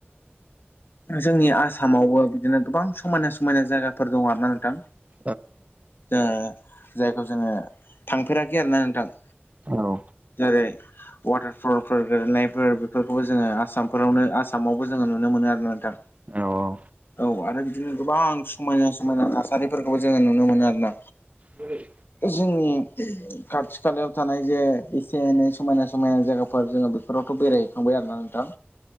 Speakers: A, on the left; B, on the right.
A: जोंनि आसामावबो बिदिनो गोबां समायना समायना जायगाफोर दं आरो ना नोंथां।
B: औ
A: ओ जायखौ जोङो थांफेराखै आरोना नोंथां।
B: औ
A: जेरै वाटारफलफोर गेलेनायफोर बेफोरखौबो जोङो आसामफोरावनो आसामावबो जोङो नुनो मोनो आरो। नोंथां
B: औ
A: औ आरो बिदिनो गोबां समायना समायना थासारिफोरखौ जोङो नुनो मोनो आरो ना।
B: जेरै
A: जोंनि खाथि खालायाव थानाय जे एसे एनै समायना समायना जायगाफोर जों बेफोरावथ' बेरायहैखांबाय आरोना नोंथां